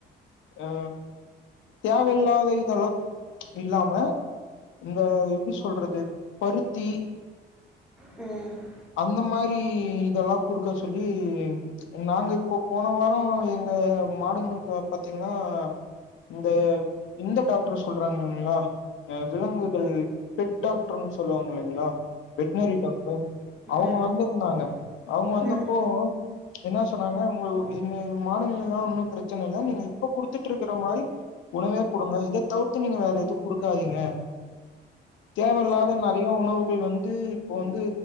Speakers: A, on the left; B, in the centre.
A: அ தேவையில்லாத இதெல்லா இல்லாம இந்த எப்டி சொல்றது பருத்தி
B: ம்
A: அந்த மாரி இதெல்லா குடுக்க சொல்லி நாங்க இப்போ போன வாரோ எங்க மாடுங்குளுக்கு பாத்தீங்கன்னா இந்த இந்த டாக்டர் சொல்றாங்கலீங்களா அ விலங்குகள் பெட் டாக்டர்ன்னு சொல்லுவாங்க இல்லிங்களா வெட்டனரி டாக்டர் அவுங்க
B: ம்
A: வந்துருந்தாங்க அவுங்க வந்தப்போ
B: ம்
A: என்ன சொன்னாங்க உங்க இந்த மாடுங்கெல்லா ஒன்னு பிரச்சன இல்ல நீங்க இப்ப குடுத்துட்ருக்குற மாரி உணவே குடுங்க இத தவிர்த்து நீங்க வேற எதுவு குடுக்காதீங்க தேவயில்லாத
B: சரி
A: நறைய உணவுகள் வந்து இப்போ வந்து